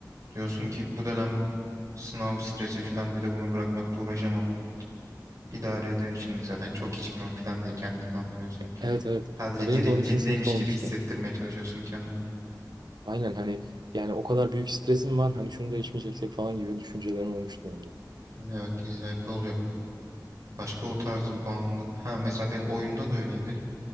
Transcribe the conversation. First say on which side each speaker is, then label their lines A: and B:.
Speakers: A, on the right (about 45°); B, on the right (about 80°).
A: diyorsun ki bu dönem sınav stresi falan bir de bunu bırakmakla uğraşamam. İdare ederim şimdi zaten çok içmiyorum falan diye kendini kandırıyorsun.
B: Evet evet.
A: Sadece
B: Ya
A: gerektiğindeymiş
B: benim de 12. sınıfta olmuştu.
A: gibi hissettirmeye çalışıyorsun kendini.
B: Aynen hani yani o kadar büyük stresim var hani şunu da içmeyeceksek falan gibi düşüncelerim olmuştu benim de.
A: Evet illaki oluyor. Başka o tarz
B: Hı
A: bağımlılık. Ha mesela benim oyunda da öyleydi.